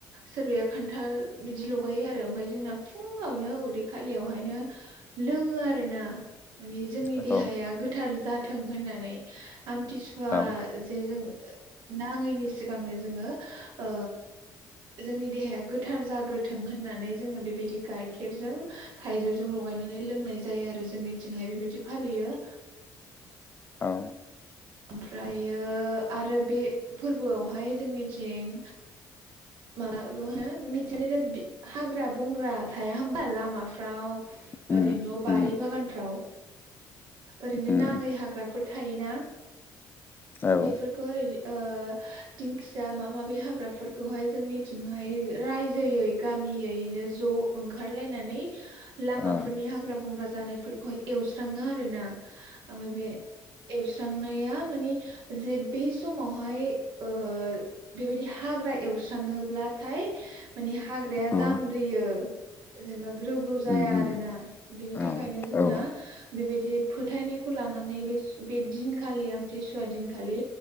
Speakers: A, on the right; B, on the left.
A: सोरबाया खान्थाल बिदि लगायो आरो ओमफ्राय जोंना फुङावनो उदै खालियावहायनो लोङो आरो ना माने जोंनि
B: औ
A: देहाया गोथार जाथों होननानै आमथिसुवा
B: औ
A: जे जों नाङैनि सिगांनो जोङो ओ जोंनि देहाया गोथार जाग्रोथों होननानै जोङो बेबायदि गाइखेरजों थाइजौजों लगायनानै लोंनाय जायो आरो जोंनिथिंहाय बेबायदि फालियो
B: औ
A: ओमफ्रायो आरो बे फोरबोआवहाय जोंनिथिं माबा होनो मिथिनाय हाग्रा बंग्रा थाया हबा लामाफ्राव
B: उम
A: ओरैनो बारि
B: उम
A: बागानफ्राव ओरैनो
B: उम
A: नाङै हाग्राफोर थायोना
B: औ
A: बेफोरखौ
B: ओ
A: ओरै ओ दिंखिया माबा माबि हाग्राफोरखौहाय जोंनिथिंहाय रायजोयै गामियैनो ज' ओंखारलायनानै लामाफोरनि
B: ओ
A: हाग्रा बंग्रा जानायफोरखौहाय एवस्राङो आरो ना आमफ्राय बे एव स्रांनो माने जे बे समावहाय ओ बेबायदि हाग्रा एवस्राङोब्लाथाय माने हाग्राया
B: ओ
A: जामब्रियो जेनेबा ग्रौ ग्रौ जाया
B: उम उम
A: आरोना बिनि
B: औ
A: थाखायनो जोंना
B: औ
A: बेबायदि फोथायनायखौ लानानै बे दिन खालि आमथि सुवा दिनखालि